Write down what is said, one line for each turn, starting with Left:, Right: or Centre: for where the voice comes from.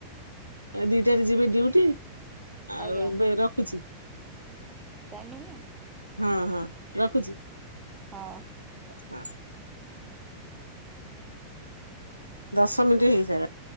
Left: ଦିଟାରେ ଯିବେ ଡିଉଟି। ଆଉ
Right: ଆଜ୍ଞା
Left: ଏବେ ରଖୁଛି
Right: ଟାଇମ ହେଲା?
Left: ହଁ ହଁ ରଖୁଛି।
Right: ହଁ।
Left: ହଁ। ଦଶ ମିନିଟ୍ ହେଇସାଇଲା